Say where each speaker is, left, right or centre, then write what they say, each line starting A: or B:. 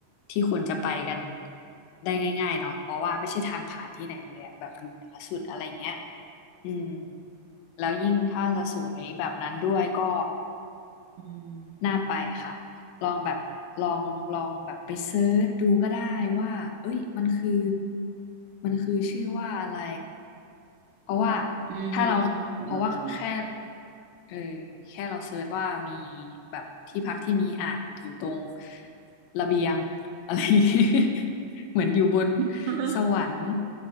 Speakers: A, on the left; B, on the right.
A: ที่คนจะไปกันได้ง่ายๆเนาะเพราะว่าไม่ใช่ทางผ่านที่ไหนเลยอ่ะแบบอยู่เหนือสุดอะไรเงี้ยอืมแล้วยิ่งถ้าจะสวยแบบนั้นด้วยก็
B: อื
A: น่าไปค่ะ
B: ม
A: ลองแบบลองลองแบบไปเซิร์ชดูก็ได้ว่าเอ้ยมันคือมันคือชื่อว่าอะไรเพราะว่า
B: อือหือเดี๋ยวจะลอง
A: ถ้าเราเพราะว่าแค่เออแค่เราเซิร์ชว่ามีแบบที่พักที่มีอ่างอยู่ตรงระเบียงอะไรอย่างงี้ <laughs> เหมือนอยู่บน
B: <laughs>
A: สวรรค์